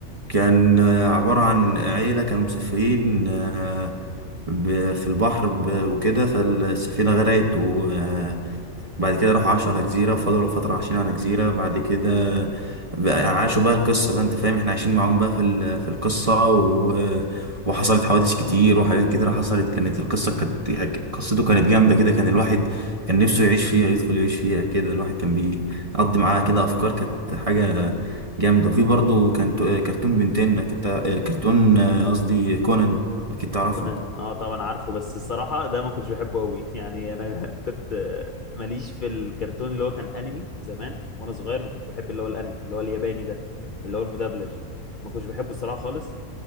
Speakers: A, on the right; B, on the left.
A: كان آه، عبارة عن عيلة كانوا مسافرين آه، ب- في البحر ب- وكده فالسفينة غرقت و آه، بعد كده راحوا عاشوا على جزيرة وفضلوا فترة عايشين على جزيرة بعد كده بقى عاشوا بقى القصة بقى انت فاهم احنا عايشين معاهم بقى في ال- في القصة و... وحصلت حوادث كتير وحاجات كتيرة حصلت كانت القصة كانت قصته كانت جامدة كده كان الواحد كان نفسه يعيش فيها يدخل يعيش فيها كده الواحد كان بيقضي معاها كده أفكار كانت حاجة جامدة وفي برضه كان كرتون بنتين أكيد تع- كرتون قصدي كونان أكيد تعرفه
B: كونان اه طبعا عارفه بس الصراحه ده ما كنتش بحبه قوي <laughs> يعني انا كنت آه، ماليش في الكرتون اللي هو كان انمي زمان وانا صغير ما كنتش بحب اللي هو الانمي اللي هو الياباني ده اللي هو المدبلج ما كنتش بحبه الصراحه خالص